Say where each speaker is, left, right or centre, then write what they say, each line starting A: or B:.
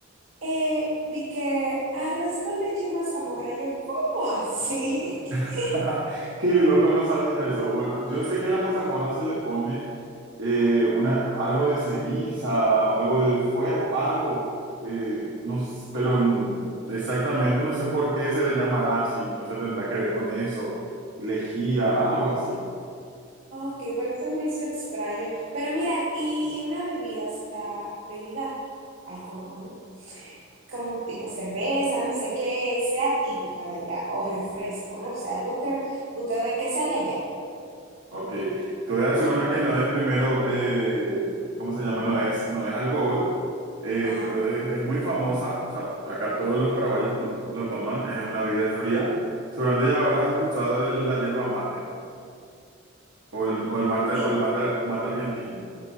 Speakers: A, on the right (about 85°); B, on the right (about 65°).
A: eh, di que arroz con leche y mazamorra, yo, ¿cómo así? <laughs>
B: <laughs> Qué loco, no sabía eso. Bueno, yo sé que a la mazamorra se le pone eh, una, algo de ceniza, algo del fuego, algo, eh, no, s- pero n- exactamente no sé por qué se le llamará así, no se tendrá que ver con eso, lejía, algo así.
A: Ok, pero eso me hizo extraño. Pero mira, y, y una bebida, o sea, bebida, alcohol, no? Como tipo cerveza, no sé, qué sea típica de allá, o refresco, no sé, algo que ustedes, que sea de allá.
B: Ok, te voy a decir una que no es primero, eh, ¿cómo se llama? No es, no es alcohol, eh,
A: Ajá,
B: pero es, es muy famosa, o sea, acá todos los paraguayos lo, lo toman, es una bebida fría. Seguramente ya habrás escuchado de la yerba mate o el, o el mate,
A: sí,
B: o el mate, mate argentino.